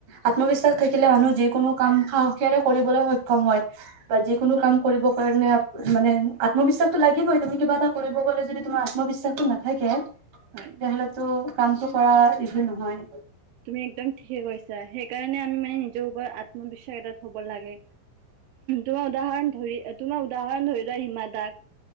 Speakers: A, on the right; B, on the right.
A: আত্মবিশ্বাস থাকিলে মানুহ যিকোনো - কাম সাহসীৰে কৰিবলৈ সক্ষম হয়। বা যিকোনো কাম কৰিব কাৰণে মানে আত্মবিশ্বাসটো লাগিবই তুমি কিবা এটা - কৰিব গ'লে যদি তুমাৰ আত্মবিশ্বাসো নাথাকে - তেতিয়াহ'লেতো
B: হয়।
A: কামটো কৰা ইভিল নহয়।
B: তুমি একদম ঠিকে কৈছা, সেইকাৰণে আমি মানে নিজৰ ওপৰত আত্মবিশ্বাস এটাত থব লাগে। তোমাৰ উদাহৰণ ধৰি তোমাৰ উদাহৰণ ধৰি লোৱা সিমান দাগ।